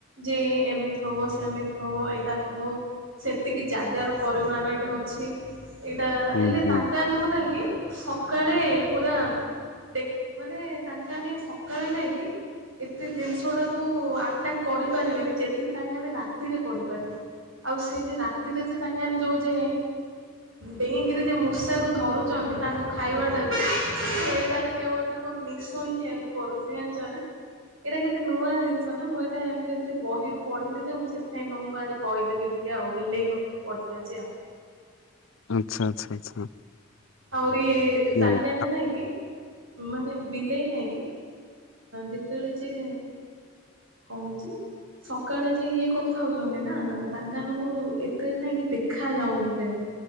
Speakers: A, on the right; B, on the left.
A: ଯେ ଏମିତି ହବ ସେମିତି ହବ ଏଇଟା ହବ ସେତିକି ଜାଗାର ପରିମାଣ ଏଇଟା ଅଛି। ଏଇଟା
B: ହୁଁ
A: ହେଲେ
B: ହୁଁ।
A: ତାଙ୍କାଆନକୁ ନାଇଁ କି ସକାଳେ ପୁରା ଦେଖ ମାନେ ତାଙ୍କାନେ ସକାଳେ ନାଇଁ କି ଏତେ ଜିନିଷଟାକୁ ଆଟାକ୍ କରିପାରିବେନି ଯେତିକି ତାଙ୍କେମାନେ ରାତିରେ କରିପାରିବେ। ଆଉ ସେ ଯେ ରାତିରେ ଯେ ତାଙ୍କାମାନେ ଯୋଉ ଯେ ଡେଇଁ କିରି ଯେ ମୂଷାକୁ ଧରୁଛନ୍ତି ତାଙ୍କ ଖାଇବାଟା ବି ସେଇଟାରେ କେବଳ ତାଙ୍କର ନିଶ ହିଁ ହେଲ୍ପ କରୁଛି ଜାଣିଛ ନା। ଏଇଟା କେତେ ନୂଆ ଜିନିଷ ନା ମୁଁ ଏଇଟା ଏମିତି ସେ ବହିରୁ ପଢିଲି ଯେ ମୁଁ ସେଥିଇଁ ତମକୁ ଆଜି କହିଦେଲି ଟିକେ ଆଉ ବିଲେଇ କଥା ପଢିଥିଲା ଯେ ଆଉ
B: ଆଚ୍ଛା ଆଚ୍ଛା ଆଚ୍ଛା।
A: ଆହୁରି
B: ହୁଁ
A: ତାଙ୍କେ ମାନେ ନାଈକି ମାନେ ବିଲେଇ ନାହିଁ କି ଯେତେବେଳେ ଯେ କଣ ଅଛି? ସକାଳେ ଯେ ଇଏ କରୁଥାଉଛନ୍ତି ନା ତାଙ୍କାନଙ୍କୁ ଏତେ ନ କି ଦେଖା ଯାଉନି ହେ